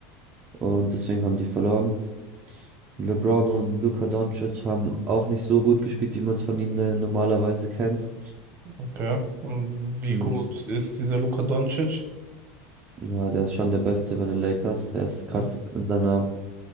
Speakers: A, on the right (about 30°); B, on the right (about 45°).
A: Und deswegen haben die verloren. LeBron und Luka Doncic haben auch nicht so gut gespielt, wie man es von ihnen äh, normalerweise kennt.
B: okay. Und wie
A: Und
B: gut ist dieser Luka Doncic?
A: ja, der ist schon der Beste bei den Lakers. Der ist gerade
B: Echt?
A: in seiner,